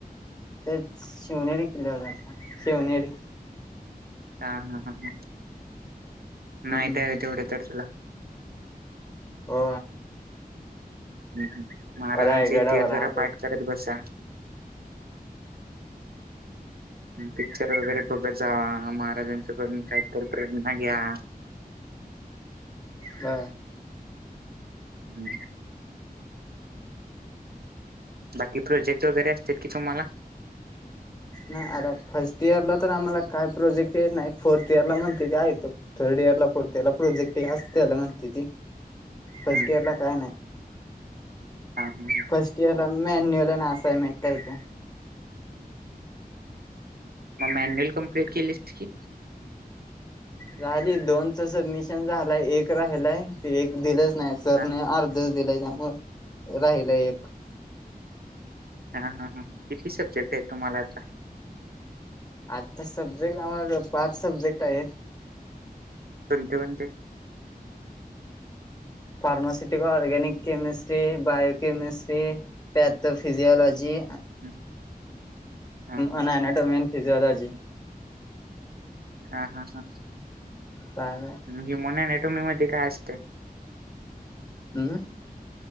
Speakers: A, on the left; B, on the right.
A: ते शिवनेरी किल्ल्यावर झा शिवनेरी
B: हा हा ह ह
A: हम्म
B: नाहीतजवढ तचला
A: हो
B: ह महाराजांचा
A: रायगडावर
B: इतिहास
A: राहत
B: जरा पाठ
A: होत
B: करत बसा
A: ह
B: पिक्चर वगैरे बघत जा महाराजांच्याकडून काहीतरी प्रेरणा घ्या
A: हा
B: हम् बाकी प्रोजेक्ट वगैरे असत कि तुम्हाला
A: नाही आता फर्स्ट इयरला तर आम्हाला काय प्रोजेक्ट नाही फोर्थ इयरला म्हणते थर्ड इयर लारला प्रोजेक्ट जास्तला म्हणते ती फर्स्ट
B: हम्म,
A: इयर ला काय नाही
B: हा, हा, हा.
A: फस्ट इयर ला मॅन्युअल आणि असइनमेंट
B: मग मॅन्युअल कमप्लीट केली की
A: झाली दोनच सडमिशन झालंय एक राहिलय त एक दिलं स्नॅसरने
B: हां,
A: अर्ध दिलाय त्यामु राहिल एक
B: हा हा हा किती सब्जेक्ट आहे तुम्हाला
A: आठ सजेक्ट पाच सजेक्ट आहे आहेेत
B: कोणते कोणते
A: pharmaceutical organic chemistry biochemistry pathophysiology
B: हं, हां, हां,
A: आणिटोमे फिजिलॉजी
B: हा हा हा
A: काय
B: म मन क तुमही म काय असते
A: हम्म